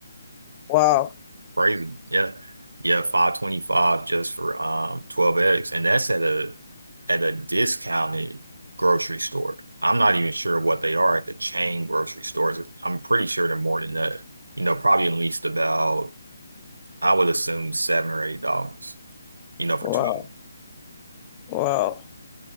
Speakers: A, on the left; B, on the right.
A: Wow,
B: Crazy. Yeah. Yeah, 525 just for um 12 eggs. And that's at a at a discounted grocery store. I'm not even sure what they are at the chain grocery stores. I'm pretty sure they're more than that. You know, probably at least about I would assume seven or eight dollars, you know, for
A: wow,
B: 12.
A: wow,